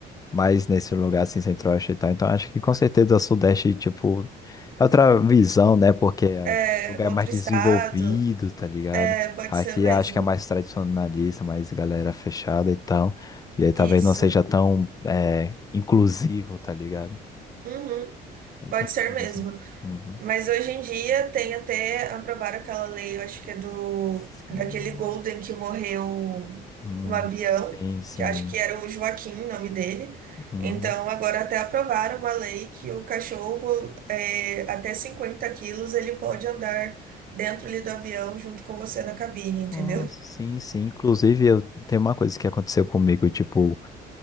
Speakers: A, on the left; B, on the right.
A: mais nesse lugar assim, Centro-Oeste e tal. Então, acho que com certeza o Sudeste, tipo, é outra visão, né? Porque é
B: é
A: um lugar
B: outro
A: mais desenvolvido,
B: estado,
A: tá ligado?
B: é, pode
A: Aqui
B: ser mesmo.
A: acho que é mais tradicionalista, mais galera fechada e tal. E aí talvez
B: Isso.
A: não seja tão, é, inclusivo, tá ligado?
B: Uhum.
A: Não
B: Pode
A: tem muita
B: ser
A: divisão.
B: mesmo.
A: Uhum.
B: Mas hoje em dia tem até aprovaram aquela lei, eu acho que é do
A: Sim.
B: daquele Golden que morreu
A: Hum,
B: no avião,
A: sim, sim.
B: que acho que era o Joaquim, o nome dele.
A: Uhum.
B: Então agora até aprovaram uma lei que o cachorro é, até 50 quilos ele pode andar dentro ali do avião junto com você na cabine, entendeu?
A: Nossa, sim, sim. Inclusive, eu tem uma coisa que aconteceu comigo, tipo,